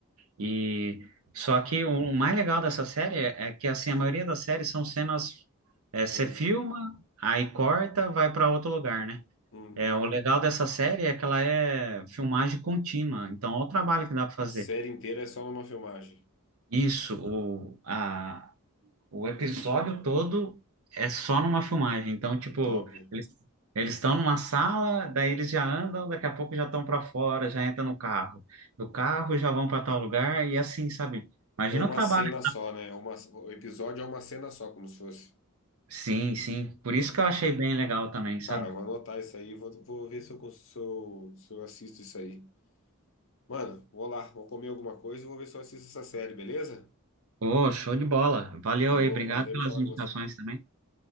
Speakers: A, on the right (about 80°); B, on the left (about 60°).
A: E... Só que o o mais legal dessa série é é que, assim, a maioria das séries são cenas... É, você
B: Por...
A: filma, aí corta, vai para outro lugar, né?
B: Uhum.
A: É, o legal dessa série é que ela é filmagem contínua, então olha o trabalho que dá para fazer.
B: A série inteira é só numa filmagem.
A: Isso, o, a O episódio todo é só numa filmagem. Então,
B: Que
A: tipo,
B: top.
A: eles eles estão numa sala, daí eles já andam, daqui a pouco já estão para fora, já entram no carro. Do carro já vão para tal lugar e assim, sabe? Imagina
B: É uma
A: o trabalho.
B: cena só, né? É uma, o episódio é uma cena só, como se fosse.
A: Sim, sim. Por isso que eu achei bem legal também, sabe?
B: Cara, vou anotar isso aí, vou, vou ver se eu, cons- se eu, se eu assisto isso aí. Mano, vou lá, vou comer alguma coisa e vou ver se eu assisto essa série, beleza?
A: Ô, show de bola. Valeu
B: Falou,
A: aí, obrigado
B: prazer
A: pelas
B: em falar
A: indicações
B: com você.
A: também.